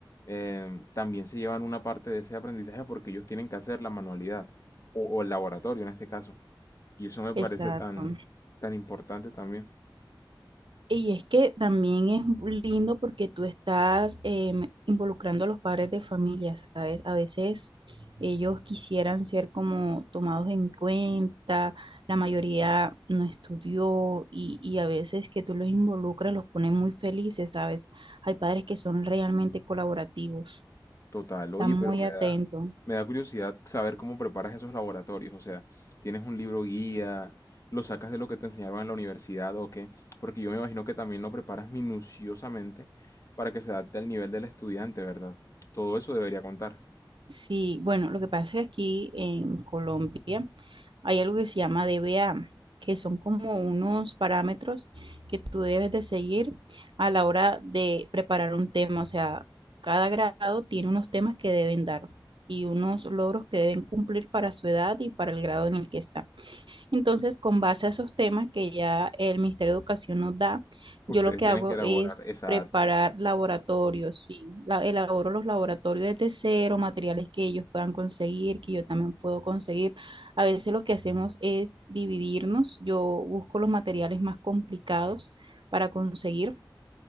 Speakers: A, on the left (about 40°); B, on the right (about 85°).
A: eh, también se llevan una parte de ese aprendizaje porque ellos tienen que hacer la manualidad o o el laboratorio en este caso. Y eso me parece
B: Exacto.
A: tan, tan importante también.
B: Y es que también es lindo porque tú estás em, involucrando a los padres de familia, ¿sabes? A veces ellos quisieran ser como tomados en cuenta, la mayoría no estudió y, y a veces que tú los involucras los pones muy felices, ¿sabes? Hay padres que son realmente colaborativos,
A: Total,
B: están
A: oye,
B: muy
A: pero me
B: atentos.
A: da, me da curiosidad saber cómo preparas esos laboratorios. O sea, ¿tienes un libro guía? ¿Lo sacas de lo que te enseñaron en la universidad o qué? Porque yo me imagino que también lo preparas minuciosamente para que se adapte al nivel del estudiante, ¿verdad? Todo eso debería contar.
B: Sí, bueno, lo que pasa es que aquí en Colombia hay algo que se llama DBA, que son como unos parámetros que tú debes de seguir a la hora de preparar un tema. O sea, cada grado tiene unos temas que deben dar y unos logros que deben cumplir para su edad y para el grado en el que están. Entonces, con base a esos temas que ya el Ministerio de Educación nos da,
A: Ustedes
B: yo lo que
A: tienen
B: hago
A: que elaborar,
B: es
A: exacto.
B: preparar laboratorios, sí, la- elaboro los laboratorios desde cero, materiales que ellos puedan conseguir, que yo también puedo conseguir. A veces lo que hacemos es dividirnos, yo busco los materiales más complicados para conseguir